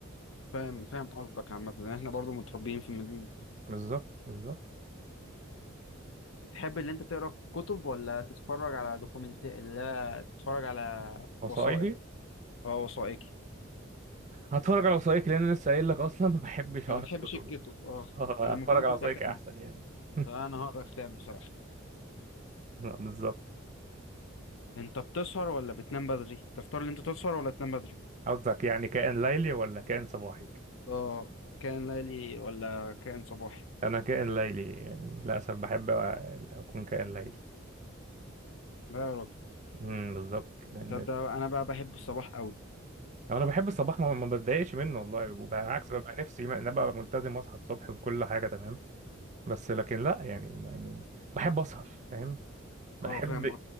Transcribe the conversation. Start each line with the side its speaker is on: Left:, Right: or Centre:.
Left: فاهم فاهم قصدك عامة يعني احنا برضو متربيين في مدينة
Right: بالظبط بالظبط
Left: تحب اللي انت تقرا كتب ولا تتفرج على دوكيومنت لا تتفرج على
Right: وثائقي
Left: وثائق اه وثائقي
Right: هتفرج على وثائقي لأن أنا لسه قايل لك أصلا ما بحبش
Left: ما
Right: أقرأ
Left: بتحبش
Right: كتب
Left: الكتب
Right: يعني <laughs>
Left: اه
Right: اه
Left: انا
Right: هتفرج
Left: المفروض كنت
Right: على وثائقي
Left: اخمن
Right: أحسن يعني <laughs>
Left: فانا هقرا كتاب بصراحة
Right: بالظبط
Left: انت بتسهر ولا بتنام بدري تختار اللي انت تسهر ولا تنام بدري
Right: قصدك يعني كائن ليلي ولا كائن صباحي
Left: اه كان ليلي ولا كان صباحي
Right: أنا كائن ليلي يعني للأسف بحب أكون كائن ليلي
Left: لا يا راجل
Right: امم بالظبط لأن
Left: تصدق انا بقى بحب الصباح قوي
Right: يعني انا بحب الصباح ما ما بتضايقش منه والله وبالعكس ببقى نفسي ما- ان أنا ابقى ملتزم واصحى الصبح وكل حاجه تمام بس لكن لا يعني يعني بحب اسهر فاهم بحب
Left: اه فاهم